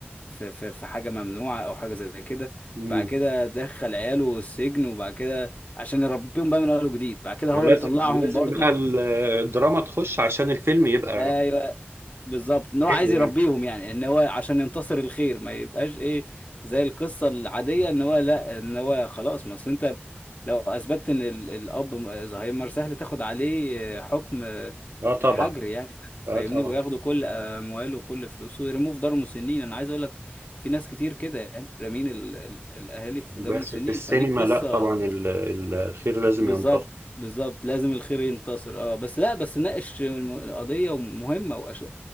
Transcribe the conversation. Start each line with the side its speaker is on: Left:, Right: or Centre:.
Left: في في في حاجه ممنوعه او حاجه زي كده
Right: امم
Left: بعد كده دخل عياله السجن وبعد كده عشان يربيهم بقى من اول وجديد بعد كده
Right: ولازم
Left: هو اللي طلعهم
Right: لازم
Left: برضه
Right: بقى ال- الدراما تخش عشان الفيلم يبقى
Left: ايوه بالظبط ان
Right: حلو
Left: هو عايز يربيهم
Right: يعني
Left: يعني ان هو عشان ينتصر الخير ما يبقاش ايه زي القصه العاديه
Right: مم.
Left: ان هو لا ان هو خلاص ما اصل انت لو اثبتت ان ال- الاب م- زهايمر سهل تاخد عليه آه، حكم آه،
Right: اه طبعا
Left: الحجر يعني ده
Right: اه
Left: فاهمني
Right: طبعا
Left: وياخدوا كل امواله وكل فلوسه ويرموه في دار مسنين انا عايز اقول لك في ناس كتير كده يعني رامين ال- ال- الاهالي في دار
Right: بس
Left: مسنين
Right: في السينما
Left: فدي قصه
Right: لا طبعا ال- ال- الخير لازم
Left: بالظبط
Right: ينتصر
Left: بالظبط لازم الخير ينتصر اه بس لا بس ناقش الم- القضية مهمة وأش...